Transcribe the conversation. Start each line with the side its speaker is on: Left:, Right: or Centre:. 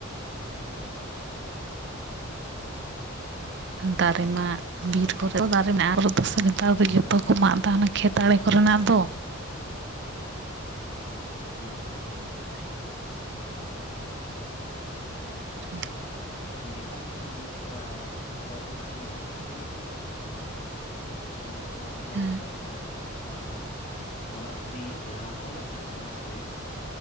Right: ᱫᱟᱨᱮ ᱢᱟᱜ ᱵᱤᱨ ᱠᱚᱨᱮ ᱫᱚ ᱫᱟᱨᱮ ᱢᱮᱱᱟᱜᱼᱟ ᱫᱚ ᱥᱮ ᱱᱮᱛᱟᱨ ᱫᱚ ᱡᱚᱛᱚ ᱠᱚ ᱢᱟᱜ ᱮᱫᱟ ᱚᱱᱟ ᱠᱷᱮᱛ ᱟᱲᱮ ᱠᱚᱨᱮᱱᱟᱜ ᱫᱚ᱾
Left: ᱦᱩᱸ
Right: <inaudible> <inaudible>
Left: ᱱᱮᱛᱟᱨ ᱢᱤᱫᱴᱮᱱ ᱡᱤᱱᱤᱥ ᱠᱚᱭᱮᱠᱫᱤᱱ ᱞᱟᱦᱟᱤᱧ ᱧᱮᱞ ᱠᱼᱟ ᱴᱷᱤᱠ ᱟᱪᱷᱮ ᱦᱮᱸ, ᱢᱮᱱ ᱫᱟᱠᱚ ᱵᱟᱝᱢᱟ
Right: ᱦᱮᱸ
Left: ᱱᱮᱛᱟᱨ ᱫᱚ ᱡᱟᱦᱟᱸ ᱠᱚᱫᱚ ᱚᱱᱟ, ᱥᱚᱱᱟᱡᱷᱩᱨᱤ ᱡᱟᱦᱟᱸ ᱠᱚᱠᱚ ᱢᱮᱛᱟᱜ ᱠᱟᱱᱟ ᱥᱚᱱᱟᱡᱷᱩᱨᱤ?